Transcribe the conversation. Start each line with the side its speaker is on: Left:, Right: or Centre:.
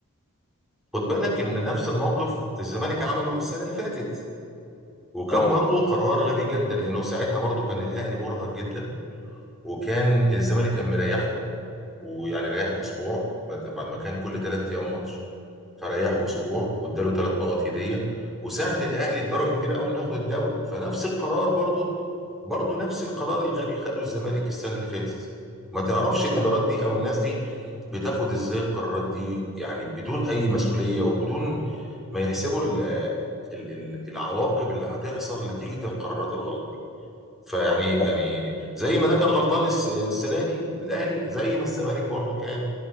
Centre: خد بالك ان نفس الموقف الزمالك عمله السنه اللي فاتت وكان
Left: اه
Centre: برضو
Left: بالظبط
Centre: قرار غبي جدا لانه ساعتها برضو كان الاهلي مرهق جدا وكان الزمالك قام مريحه ويعني ريحه اسبوع بعد بعد ما كان كل ثلاث ايام ماتش فريحه اسبوع واداله ثلاث نقط هديه وساعد الاهلي بدرجه كبيره قوي انه ياخد الدوري فنفس القرار برضه برضه نفس القرار الغبي خده الزمالك السنه اللي فاتت ما تعرفش الادارات
Left: صح
Centre: دي او الناس دي بتاخد ازاي القرارات دي يعني بدون اي مسؤوليه وبدون ما يحسبوا ال- ال- ال- العواقب اللي هتحصل نتيجه القرارات الغلط دي فيعني يعني
Left: بس
Centre: زي ما ده كان غلطان الس- السنه دي الاهلي زي ما الزمالك برضو كان